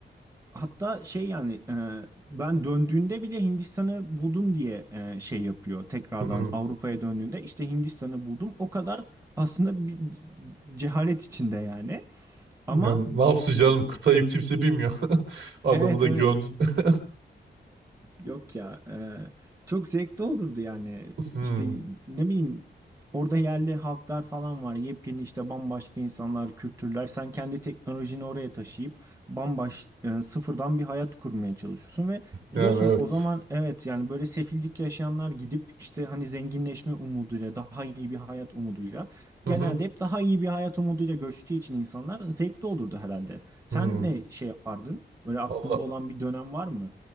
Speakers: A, on the right; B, on the right.
A: Hatta şey yani e, ben döndüğünde bile Hindistan'ı buldum diye e, şey yapıyor. Tekrardan
B: hı.
A: Avrupa'ya döndüğünde işte Hindistan'ı buldum. O kadar aslında bir cehalet içinde yani. Ama
B: Yani ne yapsın canım kıtayı kimse bilmiyor. <laughs> Adamı
A: evet
B: da
A: evet.
B: gömdü. <laughs>
A: Yok ya. e, çok zevkli olurdu yani.
B: Hı.
A: İşte ne bileyim orada yerli halklar falan var. Yepyeni işte bambaşka insanlar, kültürler. Sen kendi teknolojini oraya taşıyıp bambaş e, sıfırdan bir hayat kurmaya çalışıyorsun ve
B: Yani
A: biliyorsun
B: evet.
A: o zaman evet yani böyle sefillik yaşayanlar gidip işte hani zenginleşme umuduyla, daha iyi bir hayat umuduyla
B: Hı
A: genelde
B: hı.
A: hep daha iyi bir hayat umuduyla göçtüğü için insanlar zevkli olurdu herhalde. Sen
B: Hmm.
A: ne şey yapardın? Böyle aklında
B: Valla
A: olan bir dönem var mı?